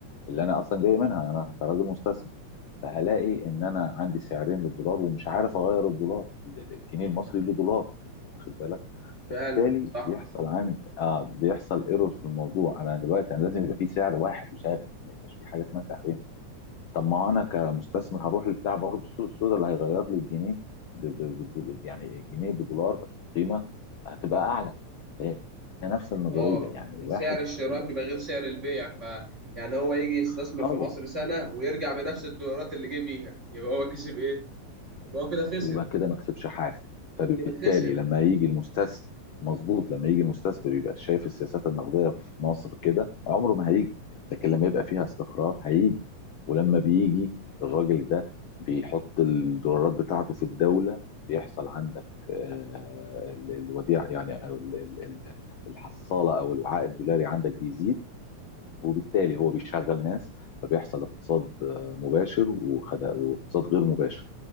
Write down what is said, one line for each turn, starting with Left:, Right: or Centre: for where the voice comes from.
Left: اللي انا اصلا جاي منها انا كراجل مستثمر فهلاقي ان انا عندي سعرين للدولار ومش عارف اغير الدولار ال- ال- الجنيه المصري له دولار واخد بالك
Right: فعلا
Left: فبالتالي
Right: صح
Left: بيحصل عن اه بيحصل ايرور في الموضوع انا دلوقتي انا لازم يبقى في سعر واحد وثابت ما يبقاش في حاجه اسمها سعرين طب ما انا كمستثمر هروح لبتاع برضه السوق السوداء اللي هيغير لي الجنيه ب... ب... ب... يعني الجنيه بدولار بس القيمه هتبقى اعلى هي هي نفس النظريه
Right: هو
Left: يعني
Right: سعر
Left: الواحد
Right: الشراء
Left: ال-
Right: بيبقى غير سعر البيع ف يعني هو يجي يستثمر
Left: خالص
Right: في مصر سنة ويرجع بنفس الدولارات اللي جه بيها يبقى هو كسب ايه؟ يبقى هو كده خسر
Left: يبقى كده ما كسبش حاجه فبالتالي
Right: كده خسر
Left: لما يجي المستثمر مظبوط لما يجي المستثمر يبقى شايف السياسات النقديه في مصر كده عمره ما هيجي لكن لما يبقى فيها استقرار هيجي ولما بيجي الراجل ده بيحط الدولارات بتاعته في الدوله بيحصل عندك آه، ال- الوديعه يعني أو ال- ال- ال- الحصاله او الوعاء الدولاري عندك بيزيد وبالتالي هو بيشغل ناس فبيحصل اقتصاد آه، مباشر وخد- واقتصاد غير مباشر